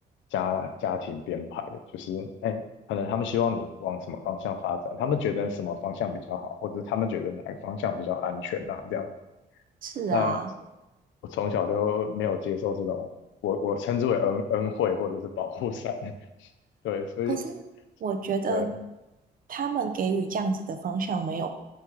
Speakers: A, on the left; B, on the right.
A: 家家庭编排的，就是哎，可能他们希望你往什么方向发展，他们觉得什么方向比较好，或者是他们觉得哪个方向比较安全啊，这样。
B: 是啊。
A: 那我从小就没有接受这种，我我称之为恩恩惠或者是保护伞，<laughs> 对，所以
B: 可是我觉得
A: 对，
B: 他们给予这样子的方向没有